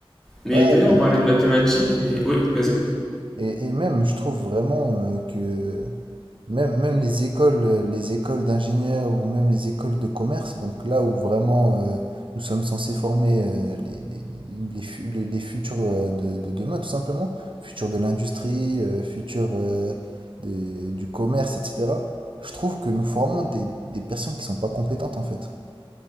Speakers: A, in the centre; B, on the right.
A: Mais
B: Ouais,
A: d'ailleurs on parlait de mathématiques, mais oui, vas-y.
B: Et, et même, je trouve vraiment euh, que même, même les écoles, euh, les écoles d'ingénieurs ou même les écoles de commerce, donc là où vraiment euh, nous sommes censés former euh, les, les, les fu- le- les futurs euh, de, de demain, tout simplement, futurs de l'industrie, euh, futurs euh, des- du commerce, etc. Je trouve que nous formons des, des personnes qui sont pas compétentes en fait.